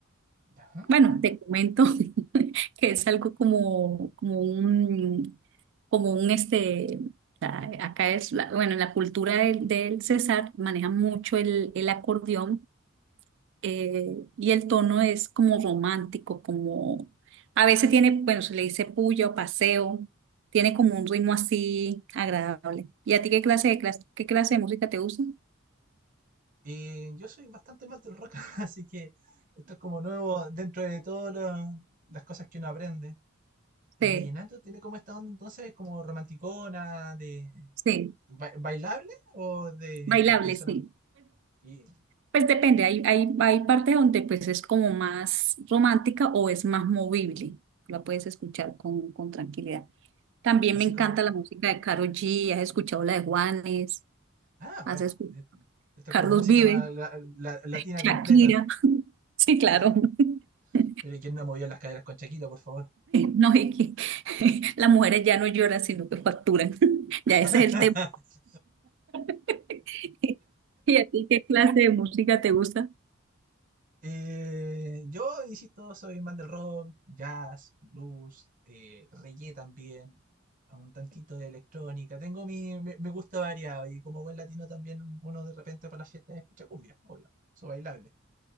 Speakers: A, on the right; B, on the right.
A: ya.
B: bueno, te comento. <laughs> que es algo como, como un, como un este, o sea, acá es, la- bueno, en la cultura del, del César manejan mucho el, el acordeón eh, y el tono es como romántico, como a veces tiene, bueno, se le dice puya o paseo, tiene como un ritmo así agradable. ¿Y a ti qué clase de, clas- qué clase de música te gusta?
A: Y yo soy bastante mal del rock, <laughs> así que esto es como nuevo dentro de todas las cosas que uno aprende. El
B: Sí,
A: vallenato tiene como esta onda entonces como romanticona, de
B: sí,
A: ba- bailable o de,
B: bailable,
A: de zona...
B: sí.
A: Y
B: Pues depende, hay, hay, hay partes donde pues es como más romántica o es más movible, la puedes escuchar con, con tranquilidad. También
A: así
B: me encanta
A: como...
B: la música de Karol G, has escuchado la de Juanes,
A: Ah,
B: has
A: bueno,
B: escuchado
A: eh, esto
B: Carlos
A: es como música
B: Vive,
A: más la- la- latina
B: Shakira,
A: completa.
B: <laughs> sí, claro.
A: Ah, bueno,
B: <laughs>
A: pero ¿y quién no movió las caderas con Shakira, por favor?
B: No, es que <laughs> las mujeres ya no lloran, sino que facturan, <laughs> ya ese es
A: <laughs>
B: el tema. <laughs> ¿Y a ti qué clase de música te gusta?
A: Eh, yo, insisto, soy más del rock, jazz, blues, eh, reggae también, un tantito de electrónica. Tengo mi, me, me gusta variado y como buen latino también uno de repente para las fiestas escucha cumbia, obvio, su bailable.